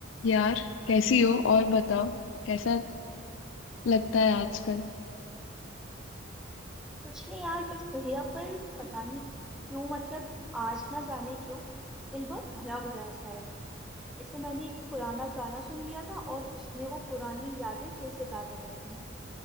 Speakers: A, on the left; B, in the centre.
A: यार कैसी हो और बताओ कैसा लगता है आजकल
B: कुछ नहीं यार बस बढ़िया पर पता नहीं क्यों मतलब आज ना जाने क्यों दिल बहुत भरा भरा सा है ऐसे मैंने एक पुराना गाना सुन लिया था और उसमें वो पुरानी यादें फिर से ताजा कर दी